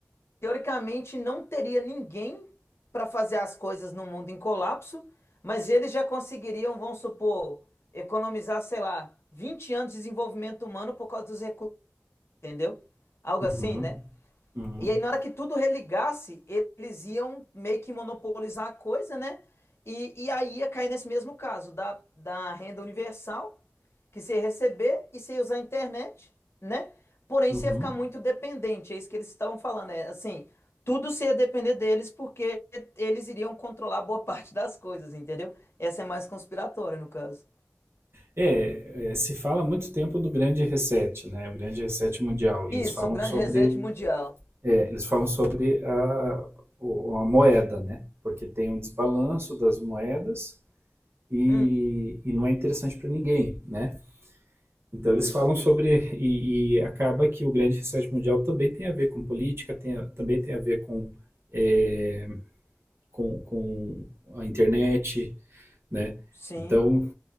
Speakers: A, on the left; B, on the right.
A: teoricamente não teria ninguém para fazer as coisas no mundo em colapso, mas eles já conseguiriam, vamos supor, economizar, sei lá, 20 anos de desenvolvimento humano por causa dos recursos, entendeu? Algo
B: uhum,
A: assim, né?
B: uhum,
A: E aí, na hora que tudo religasse, eles iam meio que monopolizar a coisa, né? E, e aí ia cair nesse mesmo caso da, da renda universal, que você ia receber e você ia usar a internet, né? Porém,
B: uhum.
A: você ia ficar muito dependente. É isso que eles estavam falando, é assim, tudo você ia depender deles porque eles iriam controlar boa <laughs> parte das coisas, entendeu? Essa é mais conspiratória, no caso.
B: É, é, se fala há muito tempo do grande reset, né? O grande reset mundial. E
A: Isso,
B: eles falam
A: o grande
B: sobre
A: reset mundial.
B: É, eles falam sobre a, a moeda, né? Porque tem um desbalanço das moedas e,
A: Hum,
B: e não é interessante para ninguém, né? Então eles falam sobre e, e acaba que o grande reset mundial também tem a ver com política, tem a- também tem a ver com, é, com, com a internet, né?
A: sim,
B: Então,